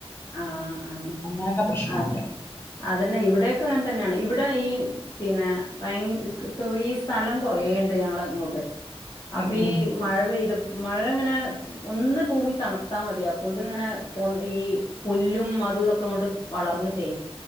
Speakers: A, on the left; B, on the left.
A: ആഹ് ആഹ്
B: അങ്ങനൊക്കെ പ്രശ്നമുണ്ട്.
A: അ അതന്നെ ഇവിടൊക്കെ ഇങ്ങനെ തന്നെയാണ് ഇവിടെ ഈ പിന്നെ ഭയ ഈ സ്ഥലം കുറേണ്ട് ഞങ്ങള ഇങ്ങോട്ട് അപ്പ
B: ഉം ഉം.
A: ഈ മഴ പെയ്ത മഴങ്ങനെ ഒന്ന് ഭൂമി തണത്താ മതി അപ്പോഴത്തിനിങ്ങനെ പൊന്തീ പുല്ലും അതും ഇതൊക്കെ അങ്ങോട്ട് വളർന്നിട്ടേ